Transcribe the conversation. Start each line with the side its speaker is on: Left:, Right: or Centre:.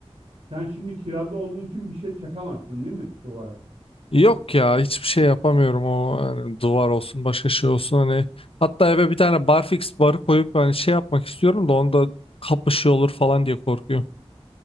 Right: Sen şimdi kirada olduğun için bir şey çakamazsın değil mi duvara?
Left: Yok ya hiçbir şey yapamıyorum o hani duvar olsun başka şey olsun hani hatta eve bir tane barfix barı koyup hani şey yapmak istiyorum da onda kapışıyor olur falan diye korkuyorum.